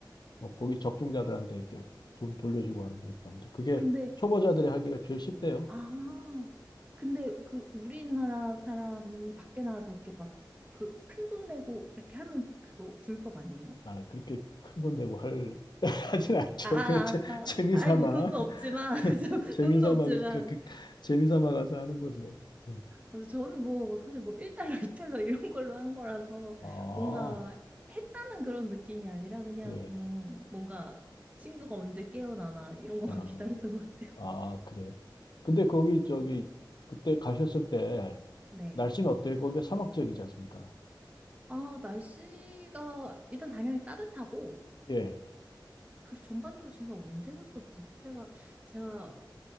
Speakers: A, on the left; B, on the right.
A: 뭐 거기 적중자들한테 이렇게 돈 돌려주고 하는 게 있답니다. 그게
B: 근데
A: 초보자들이 하기가 제일 쉽대요.
B: 아, 근데 그 우리나라 사람이 밖에 나가서 그렇게 막 그 큰 돈 내고 이렇게 하면 그거 불법 아니에요?
A: 아, 그렇게 큰 돈 내고 할, <laughs> 하진 않죠.
B: 아, 아,
A: 그냥 재,
B: 아, 아,
A: 재미삼아.
B: 아이 뭐 돈도 없지만
A: <laughs>
B: <laughs> 저
A: 재미삼아
B: 돈도 없지만
A: 그, 그 그 재미삼아 가서 하는 거죠. 네.
B: 그래서 저는 뭐 사실 뭐 1달러, 2달러 이런 걸로 한 거라서
A: 아,
B: 뭔가 했다는 그런 느낌이 아니라 그냥
A: 예.
B: 음, 뭔가 친구가 언제 깨어나나 이런 것만
A: 아,
B: <laughs> 기다렸던 것 같아요.
A: 아, 그래. 근데 거기 저기 그때 가셨을 때
B: 네.
A: 날씨는 어때요? 거기가 사막 지역이지 않습니까?
B: 아, 날씨가 일단 당연히 따뜻하고
A: 예.
B: 그리고 전반적으로 제가 언제 갔었지? 그때가 제가